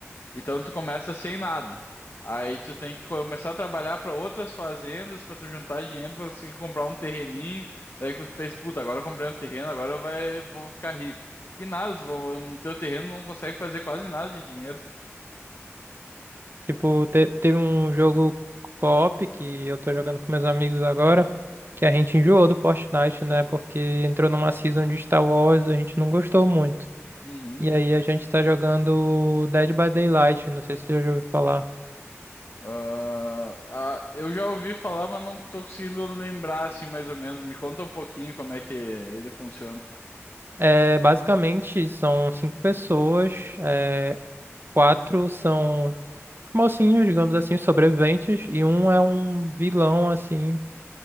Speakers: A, on the left (about 55°); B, on the right (about 50°).
A: Então tu começa sem nada. Aí tu tem que começar a trabalhar para outras fazendas para tu juntar dinheiro para conseguir comprar um terreninho. Daí que tu pensa, puta, agora eu comprei um terreno, agora eu vai, vou ficar rico. Que nada, tu- no teu terreno não consegue fazer quase nada de dinheiro.
B: Tipo, te- teve um jogo co-op que eu tô jogando com meus amigos agora, que a gente enjoou do Fortnite, né? Porque entrou numa season de Star Wars, a gente não gostou muito.
A: Uhum.
B: E aí a gente tá jogando Dead by Daylight, não sei se você já ouviu falar.
A: Ah, ah, eu já ouvi falar, mas não tô conseguindo lembrar assim mais ou menos. Me conta um pouquinho como é que ele funciona.
B: É, basicamente, são cinco pessoas, é, quatro são mocinhos, digamos assim, os sobreviventes, e um é um vilão, assim,